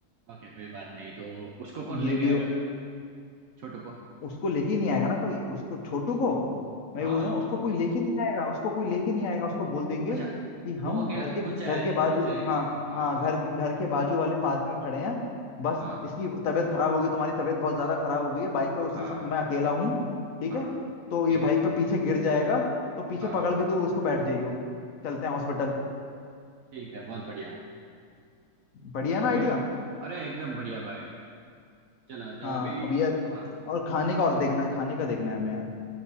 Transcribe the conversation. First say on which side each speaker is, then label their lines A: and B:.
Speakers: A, on the right (about 65°); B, on the left (about 60°).
A: ओके कोई बात नहीं तो उसको कौन
B: ये
A: लेके
B: भी हो-
A: आएगा छोटू को
B: उसको लेके ही नहीं आएगा ना कोई उसको छोटू को मैं
A: हाँ
B: बोल रहा हूँ उसको कोई लेके नहीं आएगा उसको कोई लेके नहीं आएगा उसको बोल देंगे
A: अच्छा
B: कि हम
A: वो अकेला
B: घर के
A: खुद जाए
B: घर के बाजू
A: खुद जाएगा
B: हाँ
A: हाँ
B: हाँ घर के घर के बाजू वाले पार्क में खड़े हैं बस
A: हाँ
B: इसकी तबीयत खराब हो गई तुम्हारी तबीयत बहुत ज्यादा खराब हो गई है बाइक पे उससे
A: हाँ
B: सा- मैं अकेला हूँ ठीक
A: हाँ
B: है तो
A: ठीक
B: ये बाइक
A: है
B: पे पीछे गिर जाएगा तो पीछे
A: हाँ
B: पकड़ के तू उसको बैठ जाइयो चलते हैं हॉस्पिटल
A: ठीक है बहुत बढ़िया
B: बढ़िया ना
A: फिर
B: आइडिया
A: अरे एकदम बढ़िया भाई चलो तो
B: हाँ
A: अभी
B: अब यार
A: हाँ
B: और खाने का और देखना है खाने का देखना है हमें यार